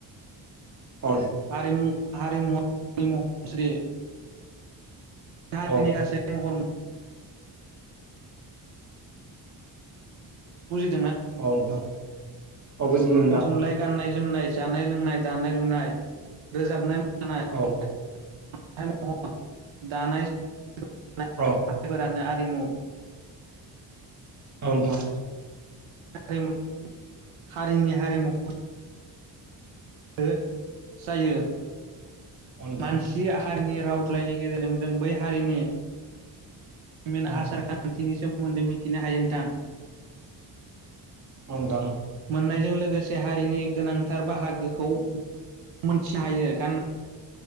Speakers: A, on the right; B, on the right.
A: औ
B: हारिमु हारिमु महर मुस्रि। हारिनि
A: औ
B: गासै महर <inaudible>
A: औ नोंथां औ बुजिदों नोंथां
B: राव थुनलाइ गाननाय जोमनाय जानाय लोंनाय दानाय लुनाय रोजाबनाय मोसानाय
A: औ
B: <inaudible>
A: औ औ नोंथां।
B: हारिमु हारिनि हारिमु <inaudible> जायो।
A: औ नोंथां
B: मानसि हारिनि राव थलाइनि गेजेरजों जों बै हारिनि मिन
A: औ नोंथां
B: आसार खान्थिनि सोमोन्दै मिथिनो हायो नोंथां।
A: औ नोंथां।
B: मोननायजों लोगोसे हारिनि गोनांथार बाहागोखौ मोनथिनो हायो गाननाय